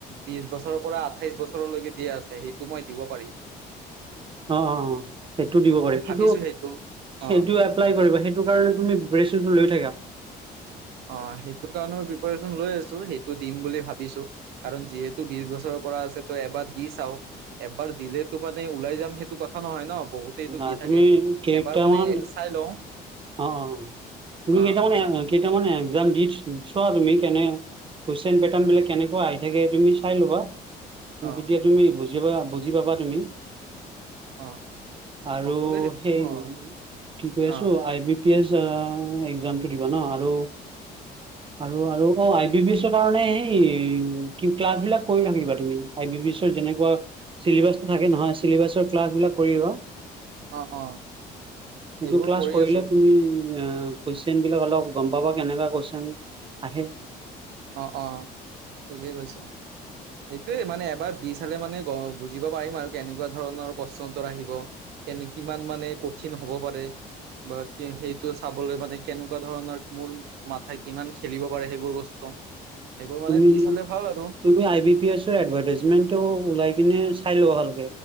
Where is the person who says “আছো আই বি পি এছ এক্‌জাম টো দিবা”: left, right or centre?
Right